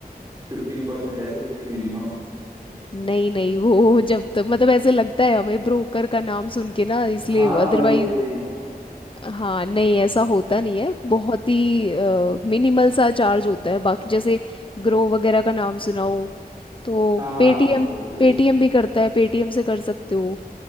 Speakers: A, on the right; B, on the left.
A: fifteen percent ऐसे करके मिनिमम
B: नहीं नहीं वो जब तक मतलब ऐसे लगता है हमें ब्रोकर का नाम सुन के ना इसलिए
A: हाँ
B: अदरवाइज
A: वही वही वही
B: हाँ नहीं ऐसा होता नहीं है बहुत ही मिनिमल सा चार्ज होता है बाकी जैसे ग्रो वगैरह का नाम सुना हो तो
A: हाँ हाँ
B: पेटीएम
A: हाँ ग्रोथ तो
B: पेटीएम
A: यस
B: भी करता है पेटीएम से कर सकते हो